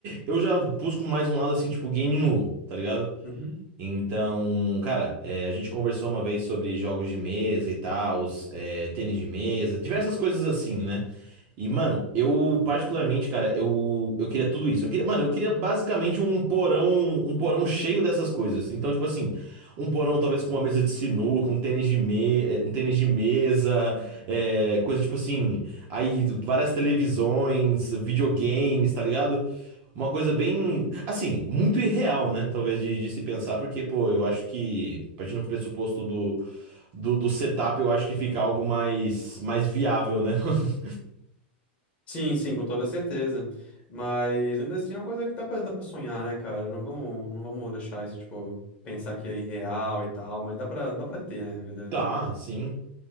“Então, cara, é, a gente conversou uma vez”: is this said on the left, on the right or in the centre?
Right